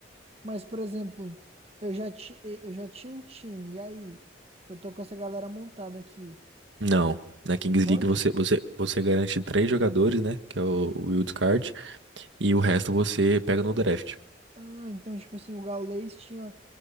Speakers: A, on the right (about 35°); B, on the right (about 80°).
A: Mas, por exemplo, eu já, ti, eu já tinha um time, e aí? Eu tô com essa galera montada aqui.
B: Não. Na Kings
A: Pode?
B: League você, você, você garante três jogadores, né? Que é o o Wild Card. E o resto você pega no draft.
A: Ah, então, tipo assim, o Gaules tinha